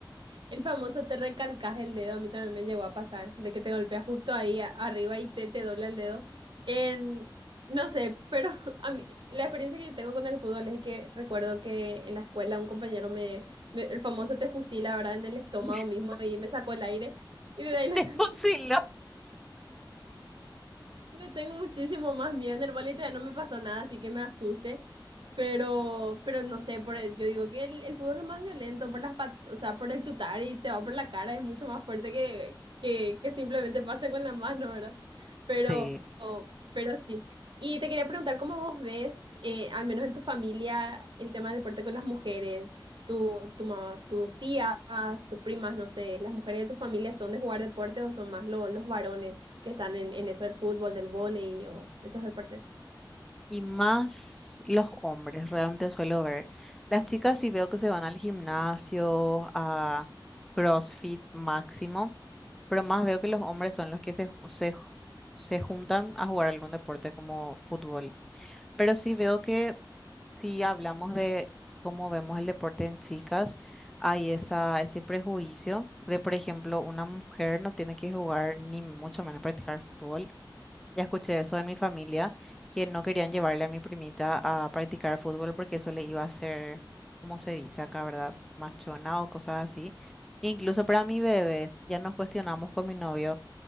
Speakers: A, on the right; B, in the centre.
A: el famoso te recalcas el dedo, a mí también me llegó a pasar, de que te golpea justo ahí a- arriba y te, te dobla el dedo. En, no sé, pero <laughs> a mí, la experiencia que yo tengo con el fútbol es que recuerdo que en la escuela un compañero me, me- el famoso te fusila, ¿verdad? En el estómago
B: <laughs>
A: mismo y me sacó el aire y de ahí la...
B: Te
A: <laughs>
B: fusiló.
A: Le tengo muchísimo más miedo. En el ballet ya no me pasó nada, así que me asuste. Pero, pero no sé, por el- yo digo que el, el fútbol es más violento por las pat- o sea, por el chutar y te va por la cara, es mucho más fuerte que, que, que simplemente pase con la mano, ¿verdad? Pero,
B: Sí.
A: pero sí. Y te quería preguntar, ¿cómo vos ves, eh, al menos en tu familia, el tema del deporte con las mujeres? tu, tu ma- tus tías, tus primas, no sé, las mujeres de tu familia son de jugar deportes o son más lo- los varones que están en, en eso del fútbol, del vóley o esos deportes?
B: Y más los hombres, realmente suelo ver. Las chicas sí veo que se van al gimnasio, a CrossFit máximo. Pero más veo que los hombres son los que se, ju- se, ju- se juntan a jugar algún deporte como fútbol. Pero sí veo que si hablamos de cómo vemos el deporte en chicas, hay esa, ese prejuicio de, por ejemplo, una mujer no tiene que jugar ni mucho menos practicar fútbol. Ya escuché eso en mi familia, que no querían llevarle a mi primita a practicar fútbol porque eso le iba a hacer, como se dice acá, ¿verdad? Machona o cosas así. Incluso para mi bebé, ya nos cuestionamos con mi novio